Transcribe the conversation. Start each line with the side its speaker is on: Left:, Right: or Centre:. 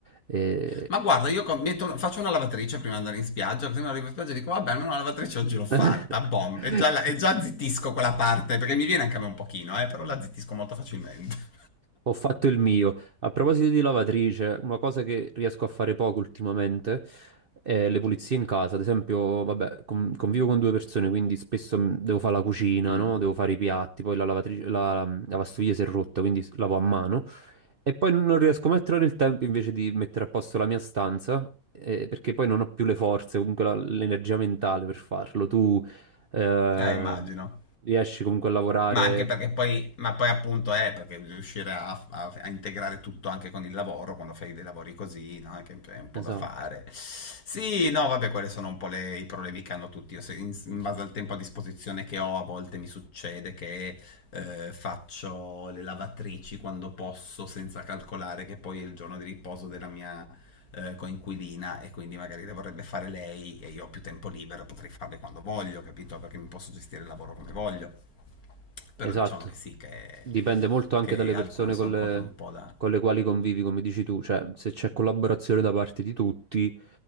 Right: e...
Left: Ma guarda, io com- metto- faccio una lavatrice prima di andare in spiaggia, così mi arrivo in spiaggia e dico, vabbè, almeno una lavatrice oggi l'ho fatta,
Right: <laughs>
Left: bom, e già, la- e già zittisco quella parte, perché mi viene anche a me un pochino, eh, però la zittisco molto facilmente.
Right: Ho fatto il mio. A proposito di lavatrice, una cosa che riesco a fare poco ultimamente è le pulizie in casa. Ad esempio, vabbè, con- convivo con due persone, quindi spesso mh, devo fare la cucina,
Left: Mm,
Right: no? Devo fare i piatti, poi la lavatrice, la, la lavastoviglie si è rotta, quindi s- lavo a mano. E poi non riesco mai a trovare il tempo invece di mettere a posto la mia stanza, eh, perché poi non ho più le forze, comunque la- l'energia mentale per farlo. Tu eh,
Left: Eh, immagino.
Right: riesci comunque a lavorare.
Left: Ma anche perché poi, ma poi appunto è perché riuscire a, a- a integrare tutto anche con il lavoro, quando fai dei lavori così, no? Che è un po'
Right: Esatto.
Left: da fare. Sì, no, vabbè, quelli sono un po' le- i problemi che hanno tutti. Io se- in, in base al tempo a disposizione che ho, a volte mi succede che eh, faccio le lavatrici quando posso, senza calcolare che poi è il giorno di riposo della mia eh, coinquilina e quindi magari le vorrebbe fare lei e io ho più tempo libero, potrei farle quando voglio, capito? Perché mi posso gestire il lavoro come voglio. Però
Right: Esatto,
Left: diciamo che sì, che,
Right: dipende molto anche
Left: che
Right: dalle persone
Left: alcune sono
Right: con le,
Left: cose un po' da...
Right: con le quali convivi, come dici tu, cioè se c'è collaborazione da parte di tutti,